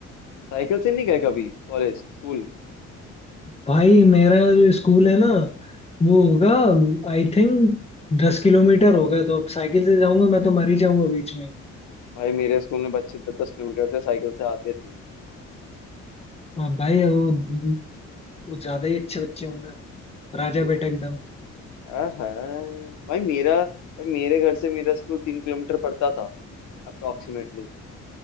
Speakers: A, on the left; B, on the left.
A: साइकिल से नहीं गए कभी कॉलेज स्कूल
B: भाई मेरा जो स्कूल है ना वो होगा आई थिंक दस किलोमीटर होगा तो अब साइकिल से जाऊंगा मैं तो मर ही जाऊंगा बीच में
A: भाई मेरे स्कूल में बच्चे दस दस किलोमीटर से साइकिल से आते थे
B: हाँ भाई वो, वो ज्यादा ही अच्छे बच्चे होंगे राजा बेटा एकदम
A: आहा भाई मेरा भाई मेरे घर से मेरा स्कूल तीन किलोमीटर पड़ता था अप्रोक्सीमेटली